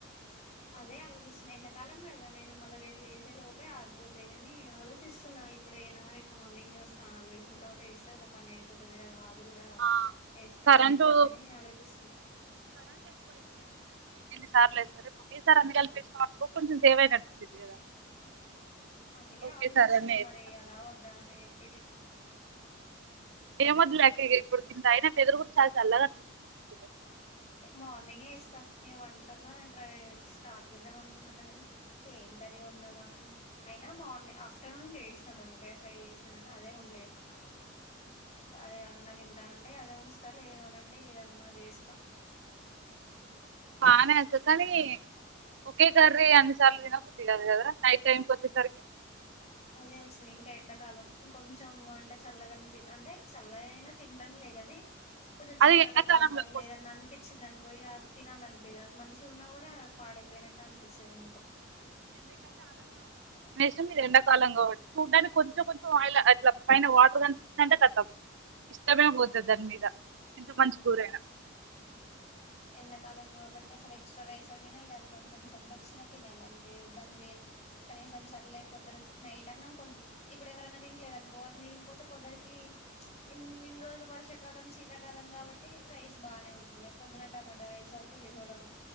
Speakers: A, on the left; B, on the right.
A: అదే ఆలోచిస్తున్నా ఎండాకాలంగా నేను మళ్ళా రేపు లేసే లోపే ఆరిపోతాయి గాని ఆలోచిస్తున్నా ఇప్పుడేనా రేపు మార్నింగ్ స్నానాలు చేసిన తర్వాత వేస్తే ఒక పని అయిపోతది గదా. ఇది కూడా
B: ఆ
A: వేసినట్
B: కరెంటు
A: అయిపోద్ది అని ఆలోచిస్తున్నా
B: ఇన్నిసార్లేసినా ఈ సార్ ఎందుకు కలిపేసినావ్ ఒకొంచెం సేవ్ అయినట్టుంటుంది కదా
A: అందుకే
B: ఒకేసారి
A: ఆలోచిస్తున్నా
B: అన్ని వేయకుండా
A: మరి వేయాలా వద్దా అని చెప్పేసి
B: ఏమొద్దులేక్క ఇప్పుడు కిందఅయిన వెదురు కూడా చాలా చల్లగా అనిపిస్తుందిలే
A: మార్నింగే వేస్తా ఇగ వంటన్నా ట్రై స్టార్ట్ చేద్దాం అనుకుంటున్నా కానీ ఏం కర్రీయొవొండాలొ అని అయినా మార్ని ఆఫ్టర్నూన్ చేసిన దొండకాయ ఫ్రై చేసినా కానీ అదే ఉండే, అదే అన్న తింటా అంటే అదే ఉంచు సరేలే ఏదో అది అనంటే ఏదన్నా చేస్తా
B: బానే అయితే కానీ ఒకే కర్రీ అన్నిసార్లు తినబుద్ది కాదు కదా నైట్ టైమ్ కి వచ్చేసరికి,
A: అదే వచ్చింది ఇంకా ఎండాకాలం ఇంకొంచెం అంటే చల్లగ అనిపి అంటే చల్లగా అయినా తింటాంలేగాని. కొంచెం చెమట
B: అది ఎండాకాలంలో
A: పట్టినట్టు అట్ల ఏదన్న అనిపించ్చింది అనుకో పోయిగా తినాలనిపియదు అది మంచిగున్నా కూడా పాడైపోయినట్టు అనిపిస్తది ఎందుకో,
B: మీరు ఎండాకాలం కాబట్టి చూడ్డానికి కొంచెం కొంచెం ఆయిల్ అట్లా పైన వాటర్ కనిపించిందంటే కతం ఇష్టమే పోతుంది దాని మీద ఎంత మంచిగూరైనా.
A: ఎండాకాలం కాబట్టి అసలు ఎక్స్ట్రా రైస్ వండిన ఇగి అది కొంచెం చెమటొచ్చిన తిననంతే దాన్ని వేప్ కనీసం సర్లే పొద్దుడుకి నైట్ అన్నం కొద్ది ఇప్పుడు ఎవరన్నా తినలేదు అనుకో అది మిగిలిపోతే పొద్దడికి ప్చ్ ఇన్ని రోజులు వర్షాకాలం శీతాకాలం కాబట్టి, రైస్ బానే ఉంటుండే పొద్దున టొమోటో రైసో పులిహోరో